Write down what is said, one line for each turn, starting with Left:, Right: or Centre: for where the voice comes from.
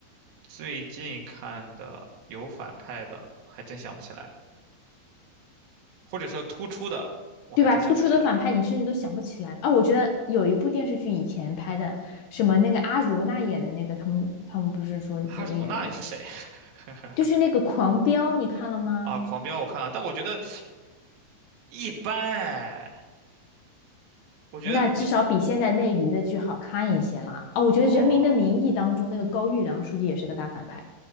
Right: 最近看的有反派的，还真想不起来，或者说突出的，我还真想不起来。
Left: 对吧？突出的反派你甚至都想不起来了啊！我觉得有一部电视剧以前拍的，什么那个阿如那演的那个，他们他们不是说觉得演的
Right: 哈鲁娜又是谁？<laughs>
Left: 就是那个《狂飙》，你看了吗？
Right: 啊，狂飙我看了，但我觉得一般哎，我觉得你
Left: 那至少比现在内娱的剧好看一些啦啊！我觉得《人民的名义》当中那个高育良书记也是个大反派，
Right: 哦